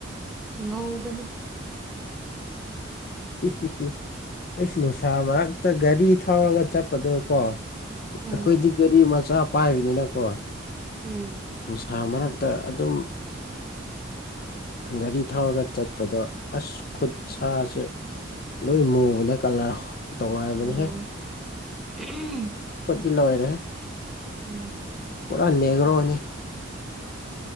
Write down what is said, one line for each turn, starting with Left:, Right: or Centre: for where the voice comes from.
Centre: ꯉꯧꯕꯅꯦ
Left: ꯎ ꯎ ꯎꯝ <inaudible> ꯑꯩꯁ ꯅꯨꯡꯁꯥ ꯃꯔꯛꯇ ꯒꯥꯔꯤ ꯊꯧꯔꯒ ꯆꯠꯄꯗꯨꯣ ꯀꯣ
Centre: ꯎꯝ
Left: ꯑꯩꯈꯣꯏꯗꯤ ꯒꯥꯔꯤ ꯃꯆꯥ ꯄꯥꯏꯕꯅꯤꯅꯀꯣ
Centre: ꯎꯝ
Left: ꯅꯨꯡꯁꯥ ꯃꯔꯛꯇ ꯑꯗꯨꯝ ꯒꯥꯔꯤ ꯊꯧꯔꯒ ꯆꯠꯄꯗꯣ ꯑꯁ ꯈꯨꯠ ꯁꯥꯥꯁꯦ ꯂꯣꯏ ꯃꯨꯕꯅꯦ ꯀꯂꯔ ꯇꯣꯡꯉꯥꯟꯕꯅꯤꯍꯦ
Centre: ꯑꯣ <unintelligible>
Left: ꯈꯨꯠꯇꯤ ꯂꯣꯏꯔꯦꯍꯦ
Centre: ꯎꯝ
Left: ꯄꯨꯔꯥ ꯅꯦꯒ꯭ꯔꯣꯅꯤ